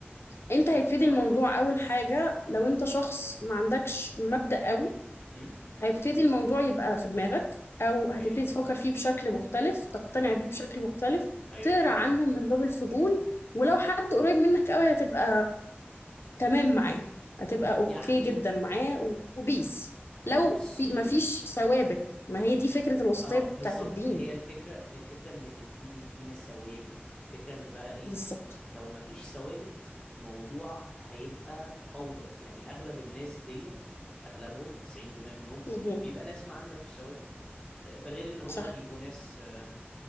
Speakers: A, on the left (about 70°); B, on the left (about 15°).
A: أنت هيبتدي
B: اه
A: الموضوع أول حاجة لو أنت شخص ما عندكش مبدأ قوي
B: امم
A: هيبتدي الموضوع يبقى في دماغك أو
B: دي حقيقة
A: هتبتدي تفكر فيه بشكل مختلف تقتنع
B: امم
A: بيه بشكل مختلف
B: ايوه
A: تقرأ عنه من باب الفضول ولو حد قريب منك قوي هتبقى تمام معاه هتبقى اوكي
B: يعني
A: جدا معاه و- وبيس لو
B: بصي
A: في ما فيش ثوابت ما هي دي فكرة الوسطية
B: اه بالظبط
A: بتاعت الدين
B: هي الفكرة هي الفكرة ان الدين بيدينا ثوابت الفكرة ان بقى ايه
A: بالظبط
B: لو مفيش ثوابت الموضوع هيبقى فوضى يعني اغلب الناس ديت اغلبهم 90% منهم
A: مهم.
B: بيبقى ناس ما عندهاش ثوابت ده غير ان هم
A: صح
B: بيبقوا ناس آه،